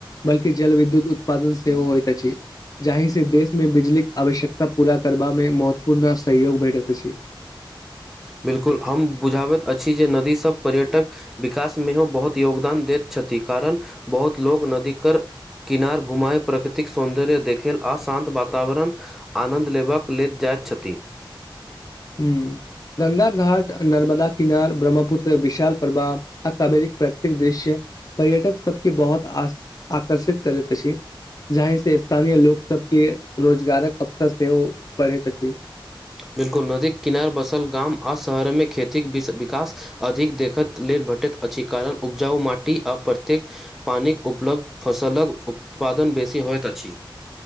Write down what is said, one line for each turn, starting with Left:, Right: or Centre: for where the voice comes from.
Left: बलकि जल विद्युत उत्पादन सेव होइ त छी जाहि से देश मे बिजलीक आवश्यकता पूरा करबा मे महत्वपूर्ण सहयोग भेटैत अछि
Centre: बिल्कुल हम बुझाबैत अछि जे नदीसभ पर्यटक विकास मेहो बहुत योगदान दैत छथि कारण बहुत लोग नदी कर किनार घुमाए प्रकृतिक सौन्दर्य देखेल आशान्त वातावरण आनन्द लेबबाक लेल जाइत छथि
Left: ह गङ्गा घाट नर्मदा किनार ब्रह्मपुत्र विशाल प्रभा आ कबरिक प्रकृतिक दृश्य पर्यटक सबके बहुत आकर्षित करैत अछि जाहि से स्थानीय लोकोग सब के रोजगारक अवसर सेहो बढैत अछि
Centre: बिल्कुल नदीक किनार बसल गाम आओ शहरमे खेतीके विकास अधिक देखत लेल भेटैत अछि कारण उपजाउ माटी आ प्रत्येक पानिक उपलब्ध फसलक उत्पादन बेसी होइत अछि